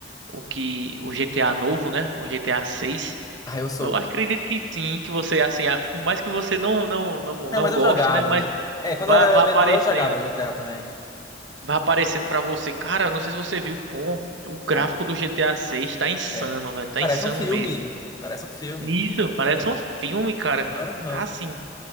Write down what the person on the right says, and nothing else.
o que, o GTA novo, né? O GTA 6.
Eu acredito que sim, que você, assim, ah, por mais que você não, não, não,
não
goste,
né? Mas
vai,
vai
aparecendo.
Vai aparecendo pra você. Cara, não sei se você viu, pô, o gráfico
do GTA 6 tá insano,
velho. Tá
insano
mesmo.
Isso, parece um filme, cara.
E tá assim.